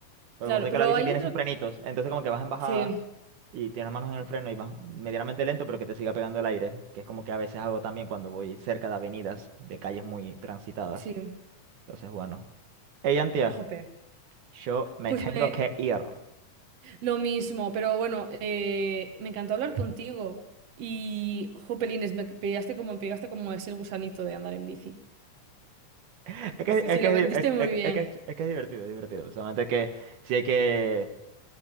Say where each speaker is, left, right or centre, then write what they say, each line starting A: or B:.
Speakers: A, on the right; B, on the right.
A: Porque
B: Claro,
A: vos sabés
B: pero
A: que la bici
B: ahí
A: tiene
B: yo creo...
A: sus frenitos. Entonces como que vas en bajada
B: Sí,
A: y tienes las manos en el freno y vas medianamente lento, pero que te siga pegando el aire. Que es como que a veces hago también cuando voy cerca de avenidas, de calles muy transitadas.
B: sí.
A: Entonces, bueno. Hey, Antia,
B: Jope.
A: yo me
B: Pues
A: tengo
B: me...
A: que ir.
B: Lo mismo, pero bueno, eh, me encantó hablar contigo. Y, jopelines, me pegaste como, me pegaste como ese gusanito de andar en bici.
A: Es que
B: Sí, sí,
A: es,
B: sí,
A: que,
B: lo
A: es,
B: vendiste
A: di-
B: muy
A: es, que-
B: bien.
A: es, que es- es que es divertido, es divertido. Solamente que si hay que